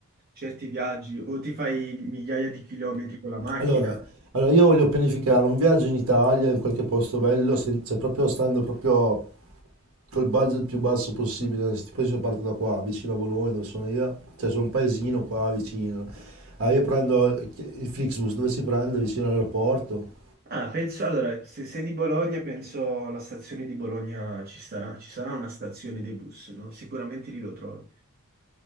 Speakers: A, on the right; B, on the right.
A: certi viaggi o ti fai migliaia di chilometri con la macchina.
B: Allora, allora, io voglio pianificare un viaggio in Italia, in qualche posto bello, sen- cioè proprio stando proprio col budget più basso possibile. Se tipo io parto da qua, vicino a Bologna, dove sono io, cioè sono un paesino qua vicino. Ah, io prendo il Flixbus, dove si prende? Vicino all'aeroporto.
A: Ah, penso, allora, se sei di Bologna, penso alla stazione di Bologna ci sarà, ci sarà una stazione dei bus, no? Sicuramente lì lo trovi.